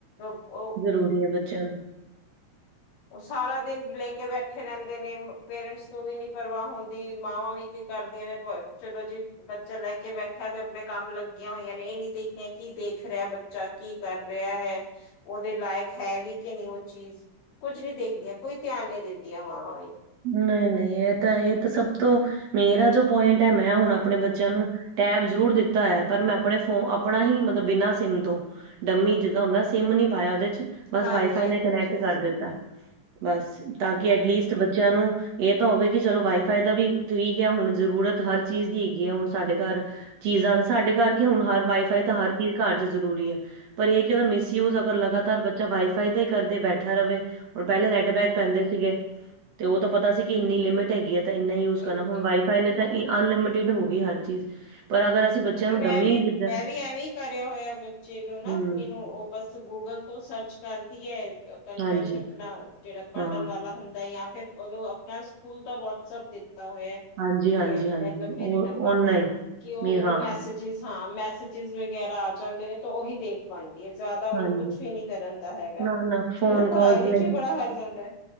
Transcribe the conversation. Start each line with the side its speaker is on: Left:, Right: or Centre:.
Left: ਓ-ਓ
Right: ਵਧੀਆ ਬੱਚਿਆਂ ਨੂੰ
Left: ਓ ਸਾਰਾ ਦਿਨ ਲੈ ਕੇ ਬੈਠੇ ਰੈਂਦੇ ਨੇ ਮ ਪੇਰੈਂਟਸ ਨੂੰ ਵੀ ਨੀ ਪਰਵਾਹ ਹੁੰਦੀ ਮਾਵਾਂ ਵੀ ਕੀ ਕਰਦੀਆਂ ਨੇ ਬ ਚਲੋ ਜੀ। ਬੱਚਾ ਲੈ ਕੇ ਬੈਠਾ ਤੇ ਆਪਣੇ ਕੰਮ ਲੱਗੀਆਂ ਹੋਈਆਂ ਨੇ ਇਹ ਨੀ ਦੇਖਣੀਆਂ ਕੀ ਦੇਖ ਰਿਆ ਬਚ ਬੱਚਾ ਕੀ ਕਰ ਰਿਆ ਹੈ ਉਹਦੇ ਲਾਇਕ ਹੈ ਵੀ ਕਿ ਨਈ ਓ ਚੀਜ਼ ਕੁੱਝ ਨਈ ਦੇਖਦੀਆਂ ਕੋਈ ਧਿਆਨ ਨਈ ਦਿੰਦੀਆਂ ਮਾਵਾਂ ਵੀ
Right: ਨਈ-ਨਈ ਇਹ ਤਾਂ ਇਹ ਤਾਂ ਸਭ ਤੋਂ ਮੇਰਾ ਜੋ ਪੁਆਇੰਟ ਹੈ ਮੈਂ ਹੁਣ ਆਪਣੇ
Left: ਹਮ
Right: ਬੱਚਿਆਂ
Left: ਹਮ
Right: ਨੂੰ ਟੈਬ ਜ਼ਰੂਰ ਦਿੱਤਾ ਹੈ ਪਰ ਮੈਂ ਆਪਣੇ ਫੋਨ ਆਪਣਾ ਹੀ ਮਤਲਬ ਬਿਨਾਂ ਸਮ ਤੋਂ ਡੰਮੀ ਜਿੱਦਾਂ ਹੁੰਦਾ ਸਿਮ ਨੀ ਪਾਇਆ ਉਹਦੇ 'ਚ ਬਸ
Left: ਹਾਂਜੀ
Right: ਵਾਈਫਾਈ ਨੇ
Left: ਹਾਂਜੀ
Right: ਕਨੈਕਟ ਕਰ ਦਿੱਤਾ। ਬਸ ਤਾਂ ਕਿ ਐਟਲੀਸਟ ਬੱਚਿਆਂ ਨੂੰ ਇਹ ਤਾਂ ਹੋਵੇ ਕਿ ਚਲੋ ਵਾਈਫਾਈ ਦਾ ਵੀ ਠੀਕ ਹੈ ਹੁਣ ਜ਼ਰੂਰਤ ਹਰ ਚੀਜ਼ ਦੀ ਹੈਗੀ ਹੈ ਹੁਣ ਸਾਡੇ ਘਰ ਚੀਜ਼ਾਂ ਸਾਡੇ ਕਰਕੇ ਹੁਣ ਹਰ ਵਾਈਫਾਈ
Left: ਹਮ
Right: ਤਾਂ ਹਰ ਚੀਜ਼ ਘਰ 'ਚ ਜ਼ਰੂਰੀ ਹੈ, ਪਰ ਇਹ ਕਿ ਉਹਦਾ ਮਿਸਯੂਜ ਅਗਰ ਲਗਾਤਾਰ
Left: ਹਮ
Right: ਬ ਜਾ ਵਾਈ ਫਾਈ ਦਾ ਹੀ ਕਰਦੇ ਬੈਠਾ ਰਵੇ ਹੁਣ ਪੈਲੇ ਨੈਟਪੈਕ
Left: ਹਾਂ
Right: ਪੈਂਦੇ
Left: ਹਾਂ
Right: ਸੀਗੇ। ਤੇ ਓ ਤਾਂ ਪਤਾ ਸੀ ਕਿ ਇੰਨੀ ਲਿਮਿਟ ਹੈਗੀ ਹੈ ਤਾਂ ਇੰਨਾ ਹੀ ਯੂਜ ਕਰਨਾ
Left: ਇੰਗਲਿਸ਼
Right: ਹੁਣ ਵਾਈਫਾਈ
Left: ਵਿੱਚ
Right: ਨੇ
Left: ਹਾਂਜੀ
Right: ਤੇ ਅਨਲਮਿਟ ਡਿਜੀ਼ਟਲ ਹੋ ਗਈ ਹਰ ਚੀਜ਼ ਪਰ ਅਗਰ ਅਸੀਂ ਬੱਚਿਆਂ
Left: ਨਹੀਂ
Right: ਨੂੰ
Left: ਮੈਂ
Right: ਡੰਮੀ
Left: ਵੀ
Right: ਜਿੱਦਾਂ
Left: ਮੈਂ ਵੀ ਐਵੇਂ ਹੀ ਕਰਿਆ ਹੋਇਆ ਬੱਚੇ ਨੂੰ ਨਾ
Right: ਹੂੰ
Left: ਆਪਣੇ ਨੂੰ ਨਾ ਉਹ ਬਸ ਗੂਗਲ ਤੋਂ ਸਰਚ ਕਰਦੀ ਹੈ। ਕੰਨਟੈਂਟ
Right: ਹਾਂਜੀ
Left: ਆਪਣਾ ਜਿਹੜਾ ਪੜਨ
Right: ਹਾਂ
Left: ਵਾਲਾਂ ਹੁੰਦਾਂ ਜਾਂ ਫਿਰ ਉਹਨੂੰ ਆਪਣਾਂ ਸਕੂਲ ਦਾ ਵਟਸਐਂਪ ਦਿੱਤਾ ਹੋਇਆ ਕੀ
Right: ਹਾਂਜੀ, ਹਾਂਜੀ,
Left: ਇਹ
Right: ਹਾਂਜੀ
Left: ਮਤਲਬ ਮੇਰੇ
Right: ਉਹ
Left: ਨੰਬਰ
Right: ਓਨਾ
Left: ਤੇ
Right: ਹੀ
Left: ਕਿ ਉਹ
Right: ਵੀ ਹਾਂ
Left: ਮੈਸੇਜਸ ਹਾਂ ਮੈਸੇਜਸ ਵਗੈਰਾ ਆ ਜਾਂਦੇ ਨੇ ਤਾਂ ਉਹੀ ਦੇਖ ਬਣਦੀ ਹੈ, ਜ਼ਿਆਦਾ ਉਹਨੂੰ
Right: ਹਾਂਜੀ।
Left: ਕੁਛ ਵੀ ਨੀ ਕਰਨ ਦਾ ਹੈਗਾ।
Right: ਨਾ-ਨਾ ਫੋਨ
Left: ਨਹੀਂ ਤਾਂ ਪੜ੍ਹਾਈ
Right: ਕਾਲਸ
Left: ਵਿੱਚ
Right: ਨਹੀਂ
Left: ਵੀ ਬੜਾ ਹਰਜਾਂਦਾ ਹੈ।